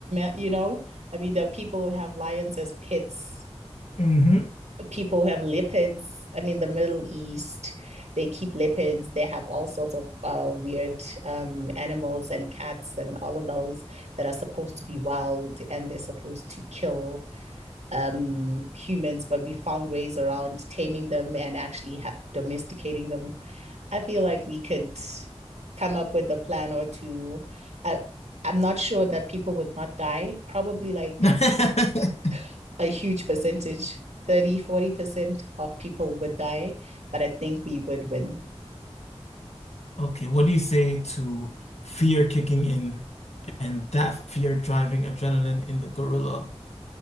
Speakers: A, on the right; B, on the left.
A: you know, I mean, there are people who have lions as pets
B: hmm
A: People have leopards. I mean, the Middle East, they keep leopards. They have all sorts of uh, weird um, animals and cats and all of those that are supposed to be wild and they're supposed to kill um, humans. But we found ways around taming them and actually ha- domesticating them. I feel like we could come up with a plan or two. I, I'm not sure that people would not die. Probably like
B: <laughs>
A: <laughs> a huge percentage thirty, forty percent of people would die but i think we would win
B: Okay, what do you say to fear kicking in and that fear driving adrenaline in the gorilla